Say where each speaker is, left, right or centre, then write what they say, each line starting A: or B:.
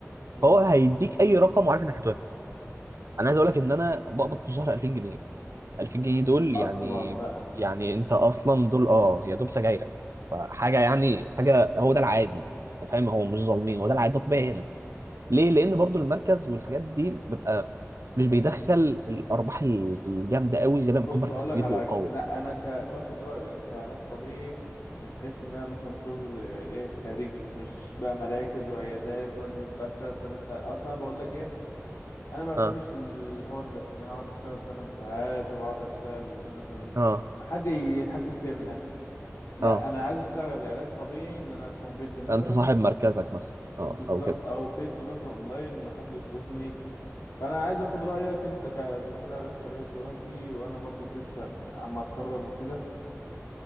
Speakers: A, on the left; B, on the right.
A: مم.
B: فهو هيديك اي رقم وعارف انك هتوافق انا عايز اقول لك ان انا بقبض في الشهر 2000 جنيه 2000 جنيه دول
A: اصلا
B: يعني
A: بقى
B: يعني انت اصلا دول اه يا دوب سجايرك فحاجه يعني حاجه هو ده العادي أنت فاهم هو مش ظالمين هو ده العادي ده الطبيعي هنا ليه لان برضو المركز والحاجات دي بيبقى مش بيدخل الارباح ال- الجامده قوي غير لما
A: بص
B: يكون مركز
A: هقول
B: كبير
A: لك على
B: وقوي
A: حاجه لا
B: يعني.
A: انا ك... باخد رايك كعلاج طبيعي من حيث ان انا مثلا شغل آه، ايه خارجي مش بقى مراكز وعيادات وانزل بقى اشتغل 8 ساعات اصلا انا بقول لك ايه انا ما بحبش
B: اه
A: الحوار ده ان انا اقعد اشتغل 8 ساعات واقعد اشتغل مثلا
B: اه
A: حد يتحكم فيا من الاخر لا
B: اه
A: انا عايز اشتغل علاج طبيعي ان انا افتح بيدج مثلا
B: انت صاحب مركزك مثلا اه
A: بالظبط
B: او كده
A: او بيدج مثلا اونلاين ان حد يطلبني فانا عايز اخد رايك انت كدكتور علاج طبيعي دلوقتي وانا برضك لسه يعني عم اتخرج وكده